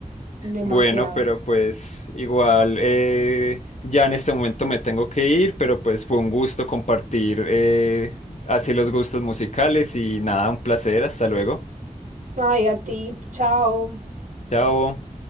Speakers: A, on the right; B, on the left.
A: demasiadas.
B: Bueno, pero pues igual eh, ya en este momento me tengo que ir, pero pues fue un gusto compartir eh, así los gustos musicales y nada, un placer, hasta luego.
A: Ay, a ti, chao.
B: Chao.